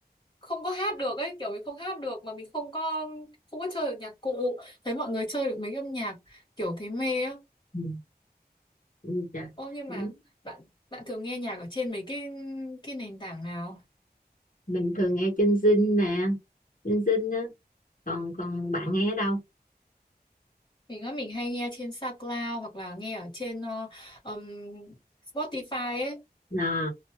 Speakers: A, on the left; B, on the left.
A: không có hát được ấy, kiểu mình không hát được mà mình không có không có chơi được nhạc cụ Thấy mọi người chơi được mấy âm nhạc kiểu thấy mê á
B: Ừ. Ừ. Trời.
A: Ô nhưng
B: Ừ.
A: mà bạn bạn thường nghe nhạc ở trên mấy cái cái nền tảng nào?
B: mình thường nghe trinh Zing nè trinh Zing á còn còn bạn nghe ở đâu
A: Mình á, mình hay nghe trên SoundCloud hoặc là nghe ở trên ờ, ừm, Spotify ấy.
B: Nà,